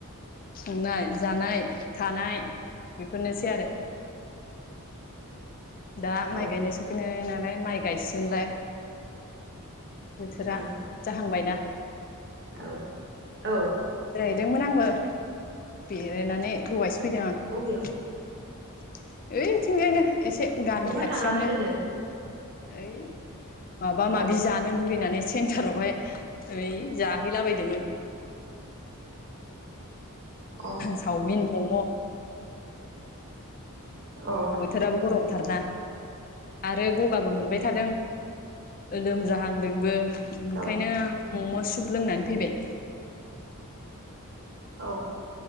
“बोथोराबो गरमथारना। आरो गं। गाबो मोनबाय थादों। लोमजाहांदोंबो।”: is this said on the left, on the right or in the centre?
Left